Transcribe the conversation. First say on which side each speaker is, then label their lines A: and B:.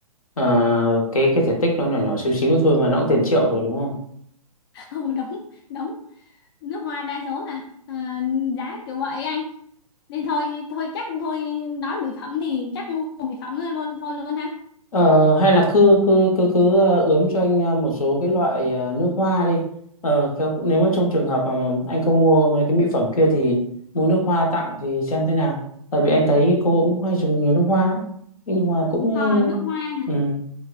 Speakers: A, on the left; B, on the left.
A: ờ, cái cái thể tích nó nhỏ nhỏ xíu xíu thôi mà nó cũng tiền triệu rồi đúng không
B: <laughs> ừ đúng đúng nước hoa đa số là à, giá kiểu vậy anh nên thôi thôi chắc thôi nói mỹ phẩm thì chắc mua mỹ phẩm luôn thôi luôn ha
A: Ờ, hay là cứ cứ cứ cứ ờ, ướm cho anh ờ, một số cái loại ờ, nước hoa đi. Ờ, khéo- nếu mà trong trường hợp mà anh không mua mấy cái mỹ phẩm kia thì mua nước hoa tặng thì xem thế nào. Tại vì anh thấy cô cũng hay dùng nhiều nước hoa, lắm. nhưng mà cũng
B: à, nước hoa hả
A: ừ,